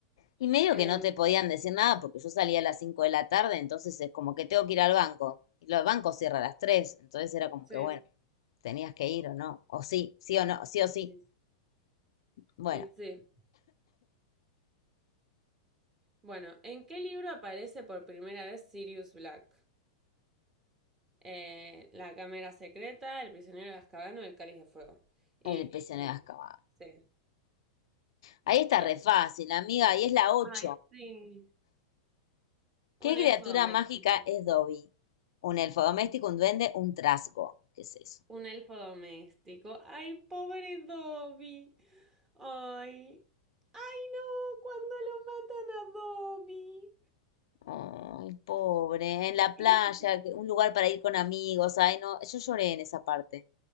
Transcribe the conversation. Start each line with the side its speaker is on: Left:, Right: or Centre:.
Left: Y medio que
Right: Em,
Left: no te podían decir nada porque yo salía a las 5 de la tarde, entonces es como que tengo que ir al banco. Y los bancos cierran a las 3 entonces era como
Right: sí,
Left: que, bueno, tenías que ir o no. O sí, sí o no, sí
Right: y
Left: o sí.
Right: sí,
Left: Bueno,
Right: y sí. Bueno, ¿en qué libro aparece por primera vez Sirius Black? Eh, La Cámara Secreta, El Prisionero de Azkaban o El Cáliz de Fuego. Y,
Left: el prisionero
Right: eh,
Left: de Azkaban.
Right: sí,
Left: Ahí está
Right: yes.
Left: re fácil, amiga, ahí es la ocho
Right: Ay, sí.
Left: ¿Qué
Right: Un
Left: criatura
Right: elfo doméstico.
Left: mágica es Dobby? Un elfo doméstico, un duende, un trasgo. ¿Qué es eso?
Right: Un elfo doméstico. Ay, pobre Dobby. Ay. Ay, no, cuando lo matan a Dobby.
Left: Ay, pobre, en la playa,
Right: Era súper
Left: que- un lugar para ir con amigos. Ay, no, yo lloré en esa parte.